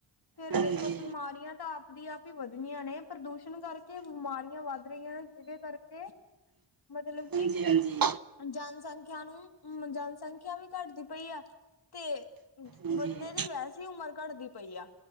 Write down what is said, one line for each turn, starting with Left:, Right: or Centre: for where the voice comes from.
Left: ਫੇਰ
Right: ਹਾਂਜੀ
Left: ਦੇਖੋ ਬਿਮਾਰੀਆਂ ਤਾਂ ਆਪ ਆਂ ਵੀ ਵੱਧਣੀਆਂ ਨੇ, ਪ੍ਰਦੂਸ਼ਣ ਕਰਕੇ ਬਿਮਾਰੀਆਂ ਵੱਧ ਰਹੀਆਂ ਨੇ ਜਿਹਦੇ ਕਰਕੇ ਮਤਲਬ ਕਿ
Right: ਹਾਂਜੀ-ਹਾਂਜੀ
Left: ਜਨਸੰਖਿਆ ਨੂੰ ਜਨਸੰਖਿਆ ਵੀ ਘੱਟਦੀ ਪਈ ਆ ਤੇ
Right: ਹਾਂਜੀ
Left: ਬੰਦੇ
Right: ਹਾਂਜੀ
Left: ਦੀ ਵੈਸੇ ਹੀ ਉਮਰ ਘੱਟਦੀ ਪਈ ਆ